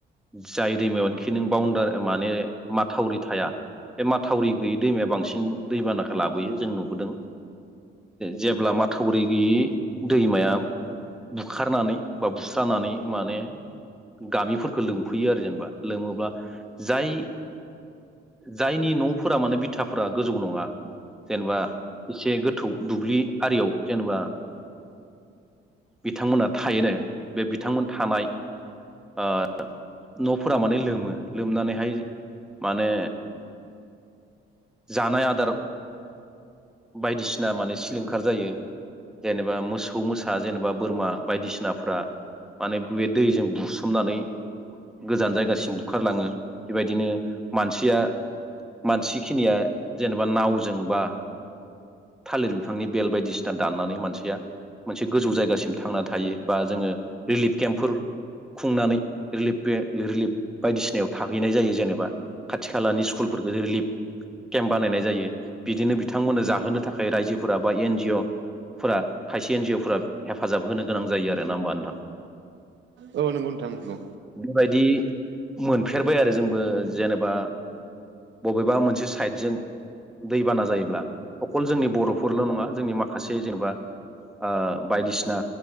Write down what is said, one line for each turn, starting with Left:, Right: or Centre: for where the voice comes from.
Centre: जाय दैमायावनोखि नों बाउदार माने माथावरि थाया बे माथावरि गैयै दैमाया बांसिन दैबानाखौ लाबोयो जों नुबोदों जेब्ला माथावरि गैयि दैमाया बुखारनानै बा बुस्रानानै माने गामिफोरखौ लोमफैयो आरो जेनेबा लोमोब्ला जाय जायनि न'फोरा माने बिथाफोरा गोजौ नङा जेनेबा एसे गोथौ दुब्लि आरियाव जेनेबा बिथांमोना थायोनो। बे बिथांमोन थानाय ओ न'फोरा माने लोमो लोमनानैहाय माने जानाय आदार बायदिसिना माने सिलिंखार जायो जेनेबा मोसौ मोसा जेनेबा बोरमा बायदिसिना फोरा माने बे दैजों बुसोमनानै गोजान जायगासिम बुखारलाङो बेबायदिनो मानसिया मानसिखिनिया जेनेबा नावजों बा थालिर बिफांनि बेल बायदिसिना दाननानै मानसिया मोनसे गोजौ जायगासिम थांना थायो। बा जोङो रिलिफ केम्पफोर खुंनानै रिलिफ रिलिफ बायदिसिनायाव थाहैनाय जायो जेनेबा खाथि खालानि स्कुलफोरखौ रिलिफ केम्प बानायनाय जायो बिदिनो बिथांमोननो जाहोनो थाखाय रायजोफोरा बा एन जि अ फोर खायसे एन जि अ फोर हेफाजाब होनो गोनां जायो आरो दे ना होमबा नोंथां?
Right: औ नोंगौ नोंथां नोंगौ।
Centre: बेबायदि मोनफेरबाय आरो जोंबो जेनेबा बबेबा मोनसे साइदजों दैबाना जायोब्ला अखल जोंनि बर'फोरल' नङा जोंनि माखासे जेनेबा ओ बायदिसिना